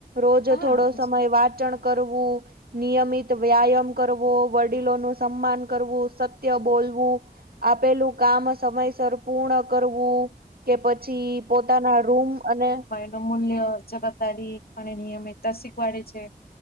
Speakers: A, on the right; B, on the left.
A: રોજ
B: હા
A: થોડો
B: આ તો
A: સમય
B: છે
A: વાચણ
B: હા
A: કરવું. નિયમિત વ્યાયામ કરવો, વડીલોનું સન્માન કરવું, સત્ય બોલવું. આપેલું કામ સમયસર પૂર્ણ કરવું કે, પછી પોતાના રૂમ અને
B: ન મૂલ્ય જવાબદારી અને નિયમ એ તસિક વાળે છે.